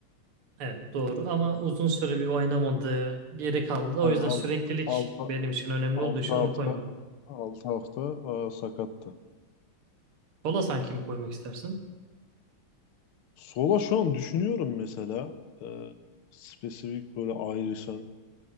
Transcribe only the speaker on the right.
Evet doğru ama uzun süre bir oynamadı, geri kaldı.
O yüzden
süreklilik
benim için önemli
olduğu için
onu koymadım.
Bola sanki mi koymak istersin?